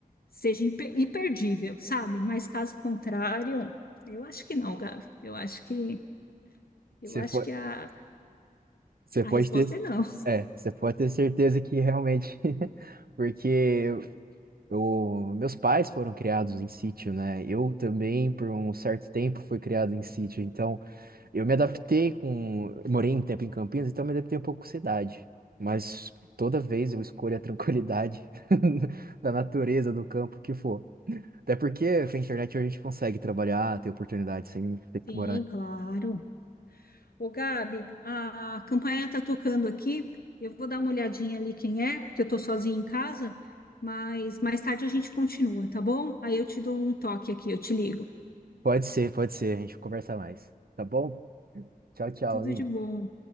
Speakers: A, on the left; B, on the right.
A: seja imper- imperdível, sabe? Mas caso contrário, eu acho que não, Gabi. Eu acho que eu
B: Você
A: acho
B: pode,
A: que a,
B: você
A: a
B: pode
A: resposta
B: ter,
A: é não.
B: é, você pode ter certeza que realmente, <laughs> porque Eu, meus pais foram criados em sítio, né? Eu também, por um certo tempo, fui criado em sítio. Então, eu me adaptei com. eu Morei um tempo em Campinas, então eu me adaptei um pouco com cidade. Mas toda vez eu escolho a tranquilidade <laughs> da natureza, do campo, que for. Até porque com a internet a gente consegue trabalhar, ter oportunidade sem ter que
A: Sim,
B: morar.
A: claro. Ô, Gabi, a campanha está tocando aqui. Eu vou dar uma olhadinha ali quem é, porque eu estou sozinha em casa, mas mais tarde a gente continua, tá bom? Aí eu te dou um toque aqui, eu te ligo.
B: Pode ser, pode ser. A gente conversa mais. Tá bom? Tchau, tchau,
A: Tudo
B: Aline.
A: de bom.